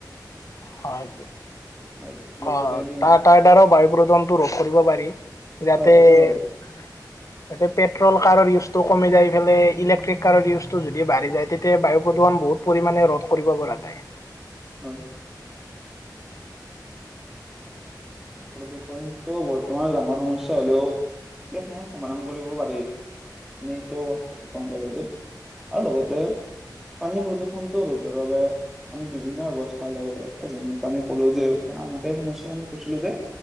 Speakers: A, on the left; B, in the centre.
A: হয় এইটো।
B: হয়। লগতে
A: অ',
B: আমি
A: তাৰ-তাৰ দ্বাৰাও বায়ু প্ৰদূষণটো ৰোধ কৰিব পাৰি, যাতে
B: হয় একেবাৰে
A: এতিয়া পেট্ৰল কাৰৰ ইউজ টো কমি যাই পেলাই ইলেক্ট্ৰিক কাৰৰ ইউজটো যদি বাঢ়ি যায়, তেতিয়া বায়ু প্ৰদূষণ বহুত পৰিমাণে ৰোধ কৰিব পৰা যায়।
B: হয়। প্ৰদূষণটো বৰ্তমান ডাঙৰ সমস্যা হ'লেও ইয়াক তোমাৰ সমাধান কৰিব পাৰি। মেইতো কম পালো যে আৰু লগতে পানী প্ৰদূষণতো ৰোধৰ বাবে আমি বিভিন্ন ব্যৱস্থা ল'ব পাৰো, এ যেনেকে আমি ক'লো যে <unintelligible> সমস্যা <unintelligible> কৈছিলো যে,